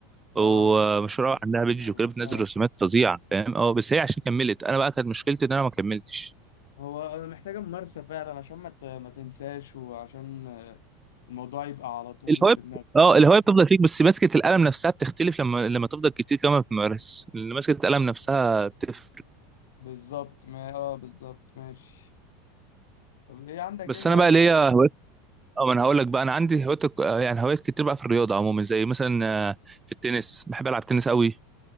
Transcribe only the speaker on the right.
ومشهوره
قوي عندها
بيج
وكده بتنزل
رسومات فظيعه فاهم اه بس هي عشان كملت انا بقى كانت مشكلتي ان انا ما كملتش
الهوايه
اه الهوايه بتفضل فيك بس ماسكه القلم نفسها بتختلف لما لما تفضل كتير كمان بتمارس اللي ماسكه القلم نفسها بتفرق
بس
انا بقى ليا
هوايات اه ما انا هقول لك بقى انا عندي هوايات يعني هوايات كتير بقى في الرياضه عموما زي مثلا آه، في التنس بحب العب تنس قوي